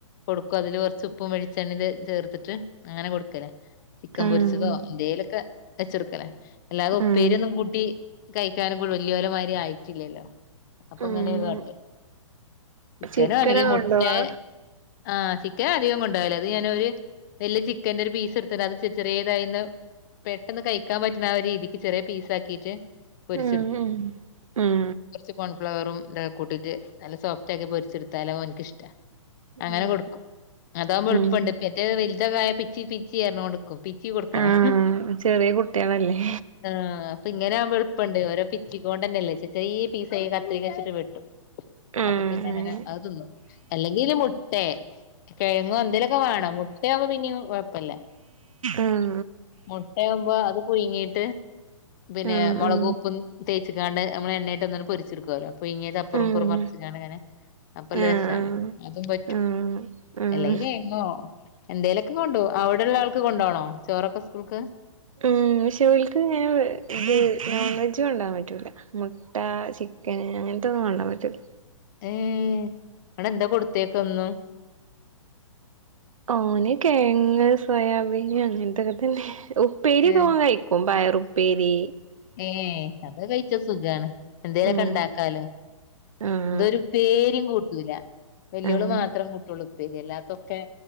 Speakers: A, on the left; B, on the right.
A: കൊടുക്കും അതില് കുറച്ച് ഉപ്പും വെളിച്ചെണ്ണിം ചേർത്തിട്ട് അങ്ങനെ കൊടുക്കല ചിക്കൻ
B: ഉം
A: പൊരിച്ചതോ എന്തേലൊക്കെ വെച്ചൊടുക്കലാ. അല്ലാതെ ഉപ്പേരിയൊന്നും
B: ഉം
A: കൂട്ടി കഴിക്കാനും കൂടി വല്യോരെ മായിരി ആയിട്ടില്ലല്ലോ അപ്പൊ
B: ഉം
A: ഇങ്ങനെ കാട്ടാ ചിക്കനോ
B: ചിക്കന്
A: അല്ലെങ്കിൽ
B: കൊണ്ടോവാ
A: മുട്ടെ ആഹ് ചിക്കന് അധികം കൊണ്ടാവല്ല അത് ഞാനൊര് വലിയ ചിക്കൻന്റെ ഒരു പീസ് ഇട്ത്ത്ണ്. അത് ചെ ചെറിയതായിന്നാ പെട്ടെന്ന് കഴിക്കാൻ പറ്റ്ണ ആ ഒര് രീതിക്ക് ചെറിയ പീസാക്കിട്ട് പൊരിച്ചെടുക്കും
B: ഉം ഉം
A: കുറച്ച് കോൺഫ്ലവറും ഇതൊക്കെ കൂട്ടിട്ട് നല്ല സോഫ് റ്റ് ആക്കി പൊരിച്ച് എടുത്താൽ അ ഓൻക്കിഷ്ടാ
B: ഉം
A: അങ്ങനെ കൊടുക്കും. അതാകുമ്പോ എളുപ്പണ്ട്.
B: ഉം
A: മറ്റെ വലുതൊക്കായ പിച്ചി പിച്ചി പറഞ്ഞോണ്ട് ക്കും. പിച്ചി കൊടുക്കണം
B: ആഹ് ചെറിയ കുട്ടികളല്ലേ
A: ആഹ് അപ്പൊ ഇങ്ങനെ ആവുമ്പ എളുപ്പണ്ട് ഓരോ പിച്ചിക്കോണ്ടന്നെല്ലേ ചെറിയ പീസ് ആയി കത്രിക വെച്ചിട്ട് വെട്ടും
B: ഉം
A: അപ്പൊ പിന്നെ അങ്ങനെ അത് തിന്നും. അല്ലെങ്കില് മുട്ടേ കിഴങ്ങും എന്തേലൊക്കെ വാണം. മുട്ടയാമ്പോ പിന്നിം കൊഴപ്പല്ല
B: ഉം
A: മുട്ടയാവുമ്പോ അത് പുയുങ്ങി ട്ട് പിന്നെ
B: ഉം
A: മുളകുംഉപ്പും
B: ഉം
A: തേച്ച്ക്കാണ്ട് ഞമ്മള് എണ്ണേ ഇട്ട് ഒന്ന് പൊരിച്ചെടുക്കല്ലോ പുയുങ്ങിയത് അപ്പുറം
B: ഉം
A: ഇപ്പുറും മ ർച്ച്കാണ്ട് ഇങ്ങനെ അപ്പ ല്ല
B: ആഹ്
A: രസാണ്. അതും പറ്റും
B: ആഹ് ഉം ഉം
A: അല്ലെങ്കി കെഴങ്ങോ എന്തേലൊക്കെ കൊണ്ടുപോവും. അവിടെള്ള ആൾക്ക് കൊണ്ടോണോ ചോറൊക്കെ സ്കൂൾക്ക്
B: ഉം പക്ഷെ ഓൽക്ക് ഇങ്ങനെ ഇത് നോൺ വെജ് കൊണ്ടാവാൻ പറ്റൂല. മുട്ട, ചിക്കൻ അങ്ങനത്തെൊന്നും കൊണ്ടോ വാൻ പറ്റൂല്ല
A: ഏഹ് ഇന്നട്ട് എന്താ കൊടുത്തയക്ക എന്നും
B: ഓന് കെഴങ്ങ് സോയാബീൻ അങ്ങനത്തൊക്കെ തന്നെ ഉപ്പേരിയൊക്കെ
A: ഏഹ്
B: ഓൻ കഴിക്കും. പയർ ഉപ്പേരി
A: ഏഹ് അത് കഴിച്ച സുഖാണ്. എന്തേലൊക്കെ
B: ഉം
A: ഉണ്ടാക്കാലോ
B: ആഹ്
A: ഇതൊരു ഉപ്പേരിയും കൂട്ടൂല. വല്യോള്
B: ആഹ്
A: മാത്രം കൂട്ടുള്ളൂ ഉപ്പേരിയല്ലാത്തൊക്കെ